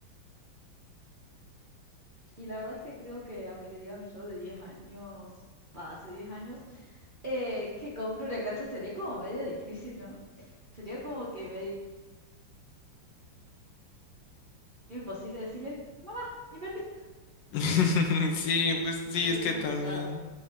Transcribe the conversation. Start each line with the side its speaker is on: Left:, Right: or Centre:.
Right: Y la verdad es que creo que aunque le diga a mi yo de 10 años, va, hace 10 años, eh, que compre una casa sería como medio difícil, ¿no? Sería como que medio imposible decirle, mamá, invertir.
Left: <laughs> Sí, pues sí,
Right: Está medio
Left: es que
Right: complicado.
Left: también.